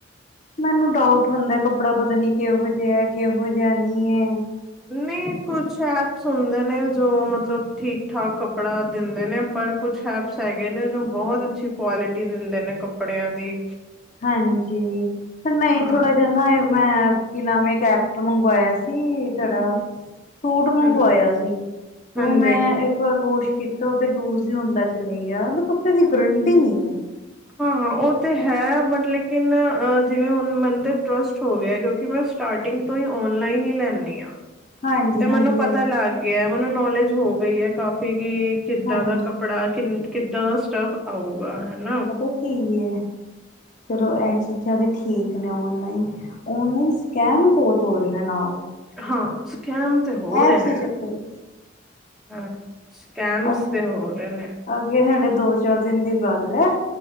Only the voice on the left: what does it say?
ਮੈਨੂੰ ਡਾਊਟ ਹੁੰਦਾ ਕੱਪੜਾ ਪਤਾ ਨੀ ਕਿਹੋ ਜਿਹਾ ਹੈ, ਕਿਹੋ ਜਿਹਾ ਨਹੀਂ ਹੈ।
ਹਾਂਜੀ ਨਹੀਂ
ਥੋੜਾ ਜਿਹਾ ਨਾ ਮੈਂ ਕੀ ਨਾਮ ਇੱਕ ਐਪ ਤੋਂ ਮੰਗਵਾਇਆ ਸੀ ਸੀ ਤੁਡਾ
ਸੂਟ ਮੰਗਵਾਇਆ
ਸੀ ਉਹ
ਮੈਂ ਇੱਕ ਵਾਰ ਵਾਸ਼ ਕੀਤਾ ਉਹ ਤੇ ਲੂਜ ਹੀ ਹੁੰਦਾ ਚਲੇ ਗਿਆ ਕੱਪੜੇ ਦੀ ਗਰੰਟੀ ਨਹੀਂ ਹੈ।
ਹਾਂਜੀ
ਹਾਂਜੀ
ਹਾਂਜੀ
ਪਤਾ ਕੀ ਏ, ਚਲੋ ਇਹ ਚੀਜ਼ਾਂ ਤੇ ਠੀਕ ਨੇ ਆਨਲਾਈਨ ਔਨਲਾਈਨ ਸਕੈਮ ਬਹੁਤ ਹੋ ਰਹੇ ਨੇ ਨਾਲ
ਐਪਸ
ਦੇ ਚੱਕਰ ਵਿੱਚ
ਅ
ਅੱਗੇ ਹਾਲੇ ਦੋ ਚਾਰ ਦਿਨ ਦੀ ਗੱਲ ਹੈ।